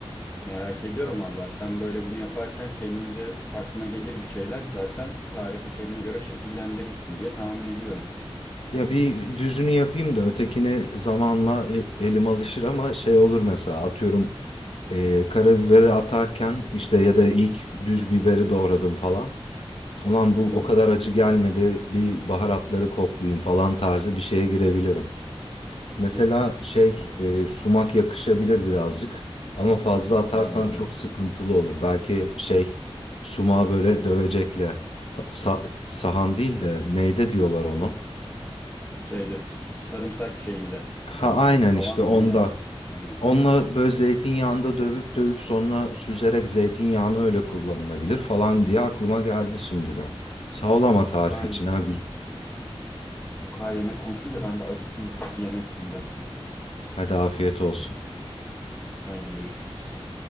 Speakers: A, on the left; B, on the left.
A: Merak ediyorum valla. Sen böyle bunu yaparken kendince aklına gelir bir şeyler zaten tarifi kendine göre şekillendirirsin diye tahmin ediyorum.
B: Ya bir düzünü yapayım da ötekini zamanla e- elim alışır ama şey olur mesela atıyorum e, karabiberi atarken işte ya da ilk düz biberi doğradım falan. Ulan
A: Hı
B: bu
A: hı.
B: o kadar acı gelmedi bir baharatları koklayayım falan tarzı bir şeye girebilirim. Mesela
A: Of.
B: şey
A: Güzel olur.
B: e, sumak yakışabilir birazcık ama fazla atarsan
A: Oo
B: çok
A: evet.
B: sıkıntılı olur. Belki şey sumağı böyle dövecekle ha- sa- sahan değil de neyde diyorlar onu.
A: Şeyde sarımsak şeyinde.
B: Ha
A: Ee,
B: aynen
A: havan
B: işte
A: mı
B: onda.
A: ne ya? Aynen.
B: Onunla böyle zeytinyağında dövüp dövüp sonra süzerek zeytinyağını öyle kullanılabilir falan diye aklıma geldi şimdi de. Sağ ol ama
A: Uf,
B: tarifi
A: bu kadar,
B: için ha. Gü-
A: bu kadar yemek konuşunca ben de acıktım. Gidip bir yemek yiyeyim bakayım.
B: Hadi afiyet olsun.
A: Haydi görüşürüz.